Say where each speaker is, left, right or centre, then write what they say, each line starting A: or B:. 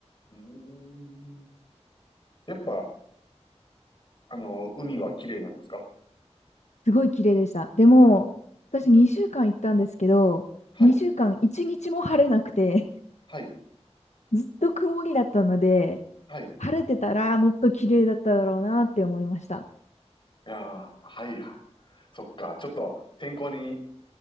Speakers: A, on the left (about 45°); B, on the left (about 80°).
A: うーん。やっぱ、あの、海は綺麗なんですか
B: すごい綺麗でした。でも、私2週間行ったんですけど、
A: うん。はい、
B: 2週間1日も晴れなくて、
A: はい、
B: <laughs> ずっと曇りだったので、
A: はい。い
B: 晴れてたらもっと綺麗だっただろうなって思いました。
A: やー、はいそっか、ちょっと天候に